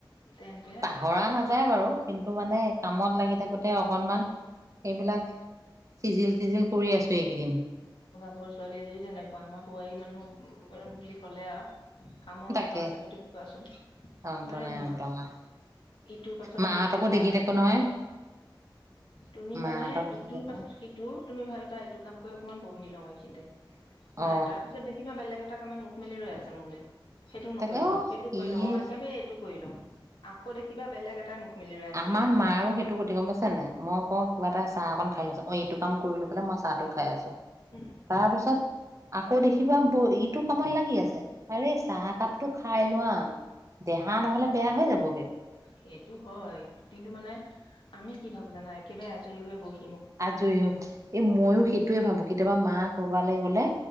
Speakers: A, on the left; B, on the right.
A: তেন্তে
B: পাহৰা নাযায় বাৰু। কিন্তু মানে কামত লাগি থাকোতে। তেওঁক অকনমান এইবিলাক। চিজিল তিজিল কৰি আছো এইকেইদিন
A: সৰু ছোৱালীয়ে যদি তেনেকুৱা আমাৰ বোৱাৰী মানুহ বুলি ক'লে আৰু কামৰ
B: তাকে
A: অন্ত আছে ন তুমি কোৱাচোন
B: অন্ত
A: হয় ন
B: নাই
A: নহয়?
B: অন্ত নাই
A: ইটোৰ পাছত
B: মাহঁতকো
A: সিটো বা
B: দেখি থাকো নহয়
A: তুমি
B: মাহঁতক
A: মানে
B: দেখি
A: ইটোৰ
B: থাকো।
A: পাছত সিটো তুমি ভাবিবা এইটো কাম কৰি অকনমান বহি লওঁ, এইখিনিতে নাই
B: অ
A: তাৰ পিছত দেখিবা বেলেগ। বেলেগ এটা কামে মুখ মেলি ৰৈ আছে মোলৈ। সেইটো নকৰিলে
B: তাকে
A: নহয়।
B: অ
A: সেইটো কৰিল
B: ইয়ে
A: অ একেবাৰে এইটো কৰি লওঁ আকৌ দেখিবা বেলেগ এটাই মুখ মেলি ৰৈ আছে।
B: আমাৰ মাৰো সেইটো গতি গম পাইছে নাই। মই কওঁ কিবা এটা চাহ অকণ খাই লৈছোঁ‌। অ এইটো কাম কৰি লৈ পেলাই মই। চাহটো খাই আছোঁ।
A: উম,
B: তাৰপিছত আকৌ দে কিবা বহি ইটো কামত লাগি আছে। আৰে চাহ কাপ টো খাই লোৱা দেহা নহ'লে বেয়া হৈ যাবগে।
A: সেইটো হয়। কিন্তু মানে আমি কি ভাবো জানা একেবাৰে আজৰি হৈ বহি।
B: আজৰি হৈ গ'ল। এই ময়ো সেইটোয়ে ভাবো কেতিয়াবা মা কৰবালৈ গলে